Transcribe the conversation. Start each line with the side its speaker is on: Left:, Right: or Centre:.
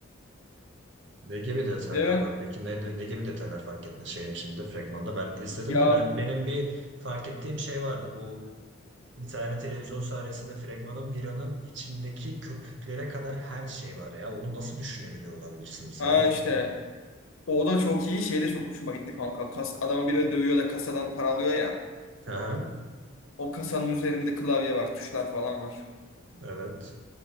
Right: Ne gibi detaylar
Left: Ve ben
Right: var? Peki ne, ne gibi detaylar fark ettin şeyin içinde, fragmanda? Ben izledim
Left: ya
Right: de ben benim bir fark ettiğim şey vardı. Bu bir tane televizyon sahnesinde fragmanın biranın içindeki köpüklere kadar her şey var ya. Onu nasıl düşünebiliyor olabilirsiniz
Left: ha
Right: ya? Çok
Left: işte
Right: iyi.
Left: o da çok iyi şey de çok hoşuma gitti kanka. Kas, adamın birini dövüyor da kasadan para alıyor ya.
Right: Aha,
Left: O kasanın üzerinde klavye var tuşlar falan var.
Right: evet.